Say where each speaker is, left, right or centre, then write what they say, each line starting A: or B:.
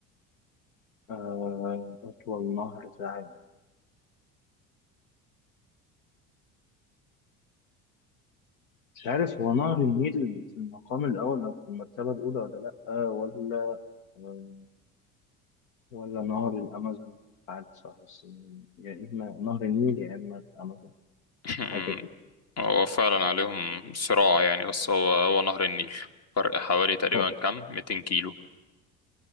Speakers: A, on the left; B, on the left.
A: آه، أطول نهر في العالم مش عارف هو نهر النيل في المقام الأول أو في المرتبة الأولى ولا لأ آه، ولا آه، ولا نهر الأمازون عارف صح بس يا إما نهر النيل يا إما الأمازون
B: <laughs>
A: حاجة كده
B: هو فعلا عليهم صراع يعني بس هو هو نهر النيل فرق حوالي تقريبا
A: طيب
B: كام 200 كيلو